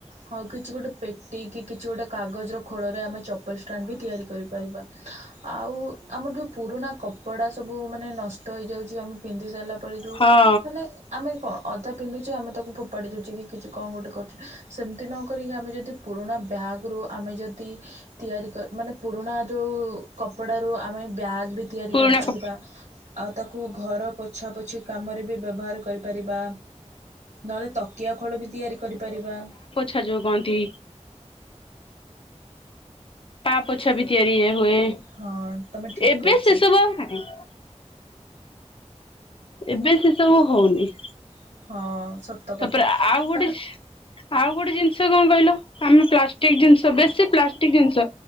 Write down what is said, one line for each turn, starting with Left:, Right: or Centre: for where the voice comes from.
Right: ହଁ କିଛି ଗୋଟେ ପେଟି କି କିଛି ଗୋଟେ କାଗଜ ର ଖୋଳରେ ।ଆମେ ଚପଲ ଷ୍ଟାଣ୍ଡ ବି ତିଆରି କରିପାରିବା। ଆଉ ଆମର ଯେଉଁ ପୁରୁଣା କପଡ଼ା ସବୁ ମାନେ ନଷ୍ଟ ହେଇଯାଉଛି ।ଆମେ ପିନ୍ଧି ସାଇଲା <unintelligible>
Left: ହଁ
Right: ମାନେ ଆମେ କଣ ଅଧା ପିନ୍ଧୁଚେ ଆମେ ତାକୁ ଫୋପାଡ଼ି ଦେଉଛେ କି କିଛି କଣ ଗୋଟେ କରୁ ସେମିତି ନ କରିକି ଆମେ ଯଦି ପୁରୁଣା ବ୍ୟାଗ୍ ରୁ ଆମେ ଯଦି ତିଆରି କ ମାନେ ପୁରୁଣା ଯେଉଁ କପଡ଼ାରୁ ଆମେ ବ୍ୟାଗ୍ ବି ତିଆରି
Left: ପୁରୁଣା
Right: କରିପାରିବା।
Left: କ
Right: ଆଉ ତାକୁ ଘର ପୋଛା ପୋଛି କାମରେ ବି ବ୍ୟବହାର କରିପାରିବା ନହେଲେ ତ କିିଆ ଖୋଳ ବି ତିଆରି କରିପାରିବା।
Left: ଛା ଯୋଉ କହନ୍ତି। ପାପୋଛା ବି ତିଆରି ଇଏ। ହୁଏ
Right: ହଁ ତମେ ଠିକ୍
Left: ଏବେ
Right: କହିଛ
Left: ସେସବୁ ଆଉ ନାହିଁ। ଏବେ ସେ ସବୁ ହଉନି।
Right: ହଁ। ସତ କଥା
Left: ତାପରେ ଆଉ ଗୋଟେ
Right: କା
Left: ଆଉ ଗୋଟେ ଜିନିଷ କଣ କହିଲ ଆମେ ପ୍ଲାଷ୍ଟିକ ଜିନିଷ ବେଶୀ ପ୍ଲାଷ୍ଟିକ ଜିନିଷ